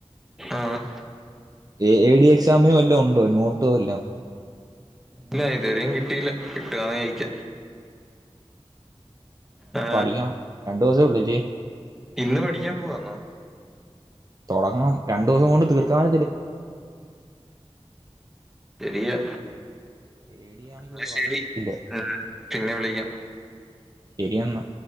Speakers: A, in the centre; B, on the right (about 35°).
A: ആഹ
B: എ എ ഡി എക്സാമിനും വല്ലോം ഒണ്ടോ നോട്ട് വല്ലോം
A: ഇല്ല ഇതുവരെയും കിട്ടിയില്ല, കിട്ടുവാനേ അയക്കാം
B: അത്
A: ആ
B: പഠിക്കണം രണ്ടു ദിവസേ ഉള്ളില്ലേ
A: ഇന്ന് പഠിക്കാൻ പോവാന്നോ
B: തോടങ്ങണം രണ്ടു ദെവസം കൊണ്ട് തീർക്കാൻ
A: ശരിയാ
B: എ ഡി ആണെങ്കിൽ
A: എന്നാ
B: ഒരു
A: ശരി
B: വക അറിയത്തില്ല
A: ഉം പിന്നെ വിളിക്കാം
B: ശെരി എന്നാ